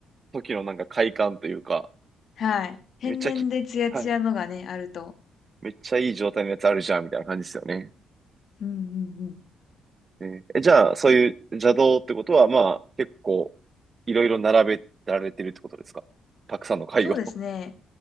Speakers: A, on the right; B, on the left.
A: 時のなんか快感というか、
B: はい。天然でツヤツヤのがね、
A: めっちゃき、はい。
B: あると。
A: めっちゃいい状態のやつあるじゃんみたいな感じですよね。
B: うんうんうん。
A: ねえ、じゃあ、そういう邪道ってことは、まあ、結構いろいろ並べられてるってことですかたくさんの会を。
B: そうですね。
A: <laughs>